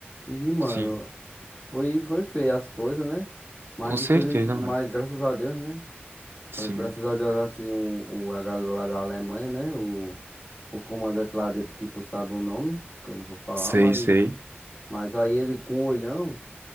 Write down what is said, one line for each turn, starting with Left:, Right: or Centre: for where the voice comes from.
Left: E, mano,
Right: Sim.
Left: foi, foi feia as coisas, né? Mas
Right: Com certeza,
Left: infeliz, mas
Right: mano.
Left: graças a Deus, né?
Right: Sim.
Left: Graças a Deus, assim, o, o, a galera lá da Alemanha, né? O, o comandante lá deles, que tu sabe o nome, que eu não vou falar,
Right: Sei,
Left: mas,
Right: sei.
Left: mas aí ele com o olhão